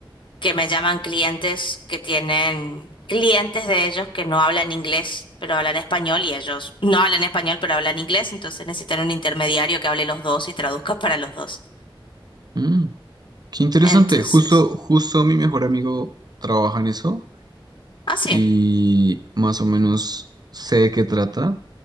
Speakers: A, on the left; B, on the right.
A: que me llaman clientes que tienen clientes de ellos que no hablan inglés, pero hablan español y ellos no hablan español, pero hablan inglés, entonces necesitan un intermediario que hable los dos y traduzca para los dos.
B: Mm, qué interesante.
A: Entonces,
B: Justo, justo mi mejor amigo trabaja en eso
A: ah, sí,
B: y más o menos sé de qué trata.